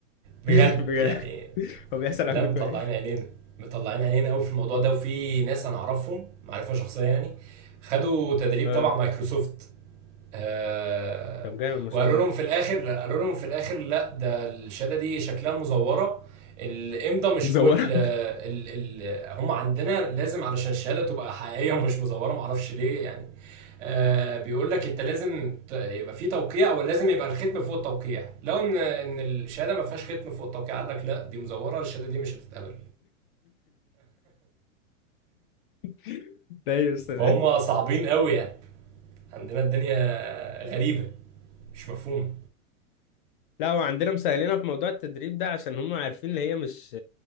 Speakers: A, on the right; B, on the left.
A: بجد
B: <laughs> بجد
A: يعني
B: هو بيحصل
A: لا
B: عندكم
A: مطلعين
B: ايه؟
A: عينينا مطلعين عينينا قوي في الموضوع ده وفي ناس انا اعرفهم معرفة شخصية يعني خدوا تدريب
B: اه
A: تبع مايكروسوفت آه
B: طب جامد ما شاء
A: وقالوا
B: الله
A: لهم في الاخر قالوا لهم في الاخر لا ده الشهاده دي شكلها مزوره الامضه مش
B: مزورك
A: فوق ال ال ال هم عندنا لازم علشان الشهاده تبقى حقيقيه ومش مزوره معرفش ليه يعني آه بيقول لك انت لازم ت- يبقى في توقيع ولازم يبقى الختم فوق التوقيع لو ان ان الشهاده ما فيهاش ختم فوق التوقيع قال لك لا دي مزوره الشهاده دي مش هتتقبل
B: <laughs> ده يا استاذ
A: فهم صعبين قوي يعني عندنا الدنيا غريبه مش مفهومه
B: لا هو عندنا مسهلينها في موضوع التدريب ده عشان هم عارفين اللي هي مش